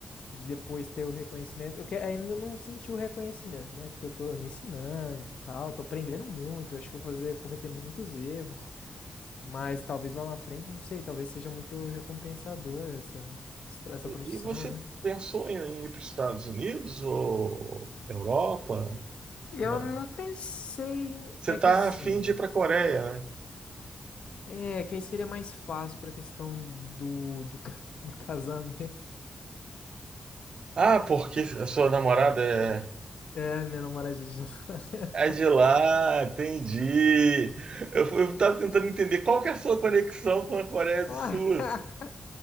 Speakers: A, on the left; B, on the right.
A: de depois ter o reconhecimento. Eu que- ainda não senti o reconhecimento, né? Porque eu tô me ensinando e tal, tô aprendendo muito. Acho que eu vou fazer, cometer muitos erros. Mas talvez lá na frente, não sei, talvez seja muito recompensador essa, essa
B: E
A: profissão,
B: e você
A: né?
B: pensou em ir para os Estados Unidos ou Europa?
A: E
B: Não.
A: Eu não pensei. em-
B: Você
A: É
B: tá
A: que assim.
B: afim de ir para a Coreia, né?
A: É, que aí seria mais fácil pra questão do, do, ca- <laughs> do casamento.
B: Ah, porque a sua namorada é,
A: É, minha namorada de lá. <laughs>
B: é de lá, entendi. Eu, eu tava tentando entender qual que é a sua conexão com a Coreia do
A: <laughs>
B: Sul. assim.